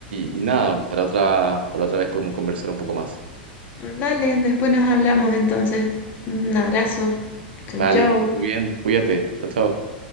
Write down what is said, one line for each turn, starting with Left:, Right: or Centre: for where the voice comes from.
Right: y, y nada, para otra, para otra vez podemos conversar un poco más.
Left: Dale, después nos hablamos entonces. Un abrazo. Chau,
Right: Vale,
Left: chau.
Right: que estés muy bien. Cuídate. Chao, chao.